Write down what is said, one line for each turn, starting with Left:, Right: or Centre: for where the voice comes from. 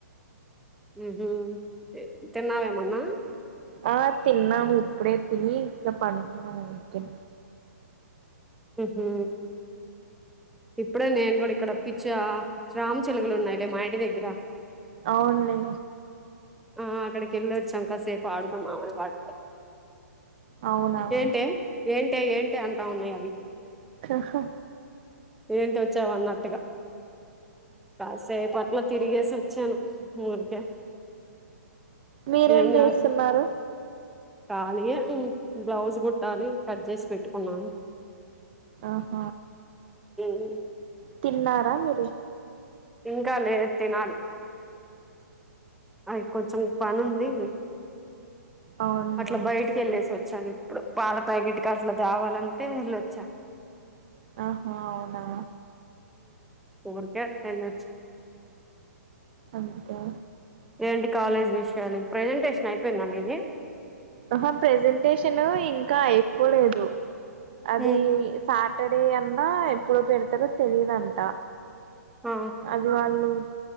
Centre: ఉహు తిన్నావేమన్నా
Right: ఆ తిన్నాము ఇప్పుడే తిని ఇట్లలా పడికున్నము ఉరికనే
Centre: ఉహు ఇప్పుడే నేను కూడా ఇక్కడ అప్పిచ్చా రామ్ చిలలు ఉన్నాయిలే మాఇంటి దగ్గర
Right: అవునులే
Centre: ఆ అక్కడికి వెళ్ళి వచ్చాం కాసేపు ఆడుకుంద వాడత
Right: అవునా
Centre: ఏంటే
Right: ఆ
Centre: ఏంటే ఏంటి అంటా ఉన్నాయి అవి
Right: ఆహా
Centre: ఏంటి వచ్చావు అన్నట్టుగా కాసేపు అట్లా తిరిగేసి వచ్చాను ఊరికే
Right: మీరేం
Centre: ఏం జాస్
Right: చేస్తున్నారు
Centre: కానీ బ్లౌజ్ కుట్టాలి కట్ చేసి పెట్టుకున్నాను
Right: ఆహ
Centre: మ్మ్
Right: తిన్నారా మీరు
Centre: ఇంకా లేదు తినాలి ఇంకా కొంచెం పని ఉంది ఏంది
Right: అవును
Centre: అట్లా బయటికి వెళ్ళేసి వచ్చాను ఇప్పుడు పాల ప్యాకెట్ కి అట్లా తేవాలంటే వెళ్ళొచ్చా
Right: ఆహా అవునా
Centre: ఉరికే అట్లా వెళ్ళొచ్చ
Right: అంటా
Centre: ఎంటి కాలేజ్ విషయాలు ప్రజెంటేషన్ అయిపోయింద మీది
Right: ఆహా ప్రెజెంటేషన్ ఇంకా అయిపోలేదు అది
Centre: ఉమ్
Right: సా సాటర్డే అన్నా ఎప్పుడో పెడతారో తెలిదాంట
Centre: ఆ
Right: అది వాళ్ళు